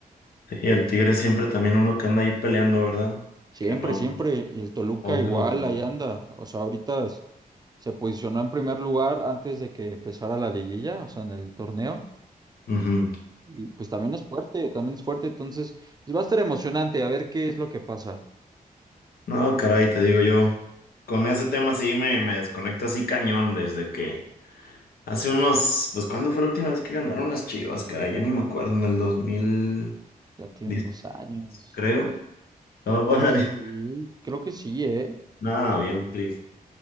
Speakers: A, on the left; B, on the right.
A: Y el tigre siempre también uno que anda ahí peleando, ¿verdad?
B: Siempre,
A: Que no,
B: siempre. Y el Toluca
A: no baja
B: igual,
A: los brazos.
B: ahí anda. O sea, ahorita s- se posicionó en primer lugar antes de que empezara la liguilla, o sea, en el torneo.
A: Ujú.
B: Y pues también es fuerte, también es fuerte. Entonces, pues, va a estar emocionante a ver qué es lo que pasa.
A: No, caray, te digo yo, con ese tema sí me, me desconecto así cañón desde que hace unos, pues ¿cuándo fue la última vez que ganaron las Chivas, caray? Ya ni me acuerdo, en el 2016,
B: Ya tiene unos años.
A: creo.
B: Creo
A: No,
B: que
A: bueno,
B: sí,
A: <laughs>
B: creo que sí, ¿eh?
A: nada, bien triste.